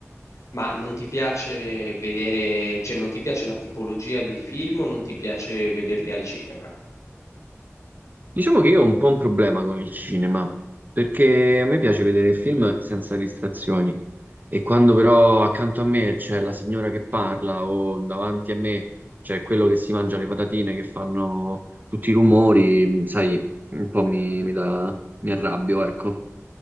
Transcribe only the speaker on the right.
Diciamo che io ho un po' un problema con il cinema, perché a me piace vedere il film senza distrazioni e quando però accanto a me c'è la signora che parla o davanti a me c'è quello che si mangia le patatine che fanno tutti i rumori, sai, un po' mi, mi dà- mi arrabbio, ecco.